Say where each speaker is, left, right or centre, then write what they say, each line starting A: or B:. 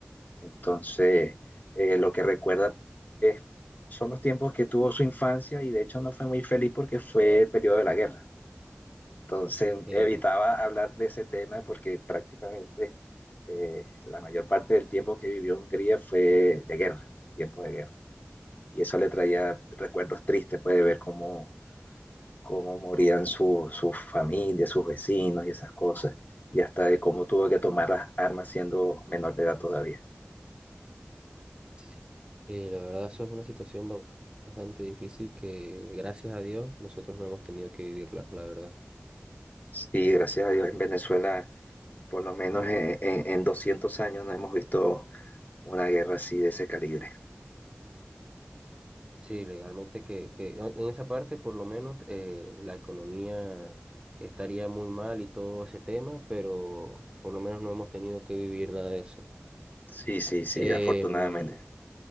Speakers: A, on the left; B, on the right.
A: Entonces, eh, lo que recuerda es, son los tiempos que tuvo su infancia y de hecho no fue muy feliz porque fue el periodo de la guerra. Entonces
B: Eh,
A: evitaba hablar de ese tema porque prácticamente eh, la mayor parte del tiempo que vivió Hungría fue de guerra, tiempo de guerra. Y eso le traía recuerdos tristes, puede ver cómo, cómo morían sus su sus familias, sus vecinos y esas cosas, y hasta de cómo tuvo que tomar las armas siendo menor de edad todavía.
B: sí, eh, la verdad eso es una situación ba- bastante difícil que gracias a Dios nosotros no hemos tenido que vivirla, la verdad.
A: Sí, gracias a Dios en Venezuela, por lo menos en, en- en 200 años no hemos visto una guerra así de ese calibre.
B: Sí, legalmente que, que en en esa parte por lo menos eh, la economía estaría muy mal y todo ese tema, pero por lo menos no hemos tenido que vivir nada de eso.
A: Sí, sí, sí,
B: Em,
A: afortunadamente.